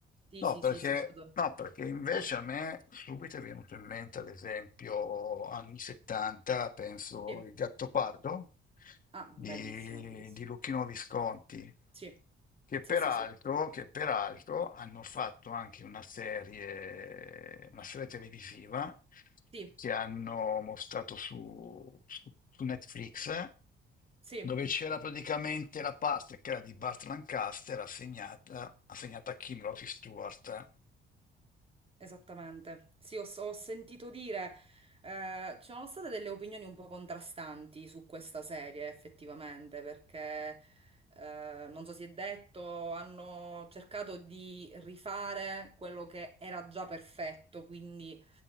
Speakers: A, on the right (about 30°); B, on the left (about 45°).
A: Sì,
B: no,
A: sì,
B: perché,
A: sì, sì, ho studiato.
B: no, perché invece
A: Sì.
B: a me subito è venuto in mente, ad esempio, anni 70, penso,
A: Sì,
B: Il Gattopardo
A: Ah, bellissimo,
B: di,
A: bellissimo.
B: di Luchino Visconti,
A: sì,
B: che
A: sì,
B: peraltro,
A: sì, sì,
B: che peraltro hanno fatto anche una serie, una serie televisiva
A: sì,
B: che hanno mostrato su, su su Netflix
A: sì,
B: dove c'era praticamente la parte che era di Burt Lancaster assegnata, assegnata a Kim Rossi Stewart.
A: Esattamente. Sì, ho, ho sentito dire, eh, ci sono state delle opinioni un po' contrastanti su questa serie, effettivamente, perché eh, non so si è detto, hanno cercato di rifare quello che era già perfetto, quindi